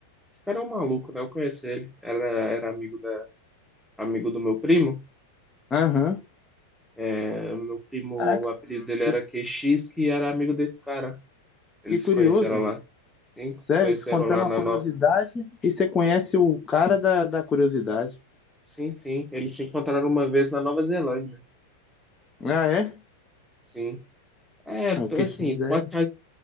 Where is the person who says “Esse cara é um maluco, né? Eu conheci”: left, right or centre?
Centre